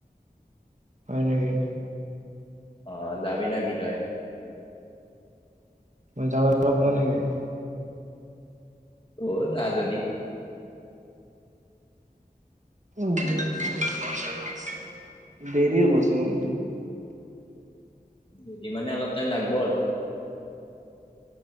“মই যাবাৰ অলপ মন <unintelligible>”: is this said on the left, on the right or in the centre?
Right